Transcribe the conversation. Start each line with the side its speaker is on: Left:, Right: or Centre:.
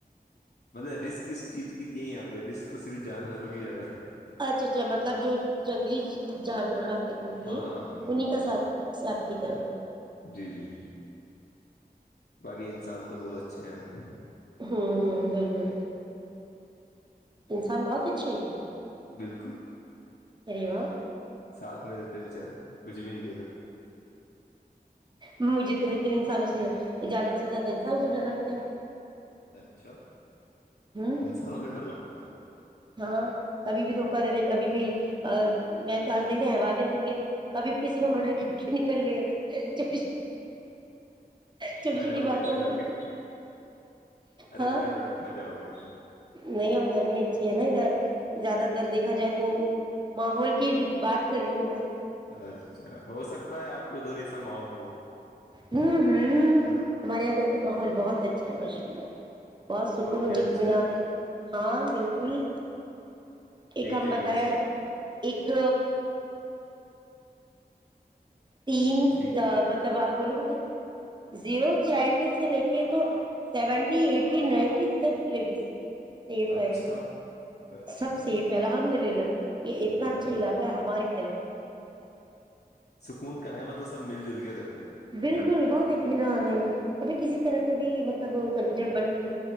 Left: مطے رسک کس چیز کی نہیں ہے یہاں پہ رسک تو صرف جانوروں کی زیادہ ہے
Right: اچھا اچھا مطلب جو جنگلی جانورات ںوتےے
Left: ہاں ہاں ان
Right: انہیں
Left: کی زیادہ
Right: کا ساتھ
Left: ہے
Right: آپ کی طرف
Left: جی جی باقی انسان تو بہت اچھے ہیں یہ کے
Right: ہاں ہاں بالکل انسان بہت اچھے ہے کہ
Left: بالکل
Right: ارے وا
Left: ساتھ میں رہتے بچارے کچھ بھی نہیں کیا
Right: مجھے تو لیکن انسانوں سے جانور سے زیادہ انسان سے ڈر رکھتا ہے
Left: اچھا
Right: ہوں
Left: انسانوں سے ڈر لگتا ہے
Right: ہاں کبھی بھی دھوکا دے رہے کبھی بھی میں تو آج دیکھ د حوانیت بن گئے کبھی بھی کسی کا مرڈر کر کے نکل لے رہے چ چھوٹی
Left: کہاں
Right: چھوٹی
Left: جاؤ
Right: باتوں
Left: گے اتنا
Right: میں
Left: ڈر کے ارے
Right: ہاں
Left: اتنا ڈر کے کاں جاؤ گے
Right: نہیں ہم گرمی اچھی ہے نا ادھر زیادہ تر دیکھا جائے تو ماحول کی بات کر رہی ہوں میں
Left: اچھا ہو سکتا ہے آپ کے ادھر ایسا ماحول ہو
Right: ہ ہ
Left: ہے نا
Right: ہمارے یہاں کا تو ماحول بہت اچھا ہے مشہورہ بہت سکون
Left: آپ کے
Right: اور
Left: یہاں
Right: اطمینار
Left: اچھا
Right: ہے ہاں بالکل ایک
Left: یہی
Right: ہم
Left: چاہیے
Right: بتائے
Left: انسان
Right: ایک تین
Left: کو۔ جی
Right: مطلب آپ بولو گےے زیرو چائلڈ سے لے کے تو سیونٹی ای نن لیڈیس سیف
Left: اچھا
Right: ہے
Left: اچھا
Right: سب سیف ہے الحمد للہ کل <inaudible> یہ
Left: بالکل
Right: اتنا اچھا علاقہ ہے ہماری طرف کا
Left: سکون کا ہے مطلب سب مل جل کے رہتے ہیں
Right: بالکل بہت اطمینان ہے ابھی کسی طرح کا بھی مطلب کنجڑ پن نہیں